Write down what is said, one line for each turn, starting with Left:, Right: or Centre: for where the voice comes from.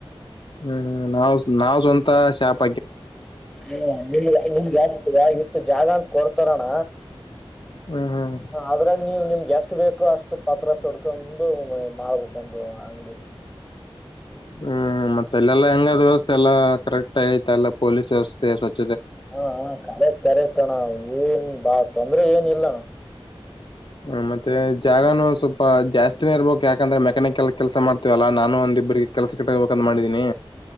Left: ಹ್ಮ್ ನಾವು ನಾವ್ ಸ್ವಂತ ಶಾಪ
Centre: ಹು ನಿ ನಿಮಲು ಜಾಸ್ತಿ ಇಷ್ಟು ಜಾಗ ಅಂತ ಕೊಡ್ತಾರಣ
Left: ಹ್ಮ್ ಹ್ಮ್
Centre: ಹ ಅದ್ರಲ್ ನೀವಿಲ್ ಎಷ್ಟು ಬೇಕು ಅಷ್ಟು ಪತ್ರ ಸುಡ್ಕೊಂಡು ಮಾಡ್ಬೇಕಂದು ಅಂಗಡಿ.
Left: ಹ್ಮ್ ಮತ್ತೆ ಎಲ್ಲಾ ಹೆಂಗಾದ್ ವ್ಯವಸ್ಥೆ ಎಲ್ಲಾ ಕರೆಕ್ಟ್ ಆಯತಲ್ಲ ಪೊಲೀಸ್ ವ್ಯವಸ್ಥೆ ಸ್ವಚ್ಛ
Centre: ಹಾ ಹಾ ಕರೆಕ್ಟ್ ಕರೆಕ್ಟ್ ಅಣ್ಣ ಏನ್ ಬಾ ತೊಂದ್ರೆ ಏನು ಇಲ್ಲಣ್ಣ.
Left: ಹ್ಮ ಮತ್ತೆ ಜಾಗನು ಸ್ವಲ್ಪ ಜಾಸ್ತಿನೇ ಇರಬೇಕು ಯಾಕಂದ್ರೆ ಮೆಕ್ಯಾನಿಕಲ್ ಕೆಲ್ಸ ಮಾಡ್ತೀವಲ್ಲಾ ನಾನು ಒಂದ ಇಬ್ಬರಿಗೆ ಕೆಲಸ ಇಟ್ಕೋಬೇಕಂತ ಮಾಡಿದೀನಿ